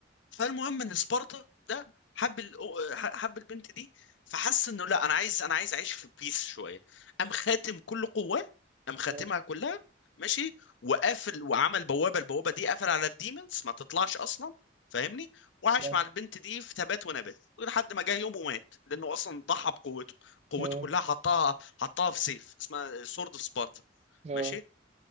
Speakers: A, on the left (about 70°); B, on the right (about 35°).
A: فالمهم ان سبارتا ده حب ال- حب البنت دي فحس انه لا انا عايز انا عايز اعيش في بيس شويه قام خاتم كل قواه قام خاتمها
B: اه
A: كلها ماشي وقافل وعمل بوابه البوابه دي قفل على الديمونز ما تطلعش اصلا فاهمني وعاش
B: كان-
A: مع البنت دي في تبات ونبات لحد ما جه يوم ومات لانه اصلا ضحى بقوته قوته
B: اه
A: كلها حطها حطها في سيف اسمها سورد اوف سبارتا
B: اه
A: ماشي